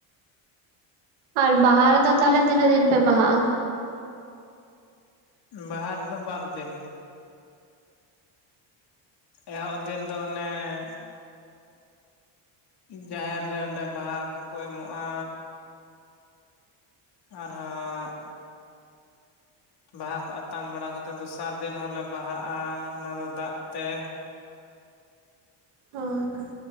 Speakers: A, on the right; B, on the left.
A: ᱟᱨ ᱵᱟᱦᱟ ᱨᱮᱫᱚ ᱛᱟᱦᱚᱞᱮ ᱛᱤᱱᱟᱹᱜ ᱫᱤᱱ ᱯᱮ ᱵᱟᱦᱟᱜᱼᱟ
B: ᱵᱟᱦᱟ ᱨᱮᱫᱚ ᱵᱟᱨᱫᱤᱱ ᱮᱦᱚᱵ ᱫᱤᱱ ᱫᱚ ᱚᱱᱮᱸ ᱡᱟᱦᱮᱨ ᱨᱮ ᱚᱸᱰᱮ ᱵᱟᱦᱟ ᱠᱚᱠᱚ ᱮᱢᱚᱜᱼᱟ ᱟᱨᱦᱚᱸ ᱵᱟᱦᱟ ᱠᱚ ᱟᱛᱟᱝ ᱵᱟᱲᱟ ᱠᱟᱛᱮ ᱫᱚᱥᱟᱨ ᱫᱤᱱ ᱦᱚᱞᱮ ᱵᱟᱦᱟᱜᱼᱟ ᱚᱱᱟ ᱫᱚ ᱫᱟᱜ ᱛᱮ
A: ᱟᱨ <unintelligible>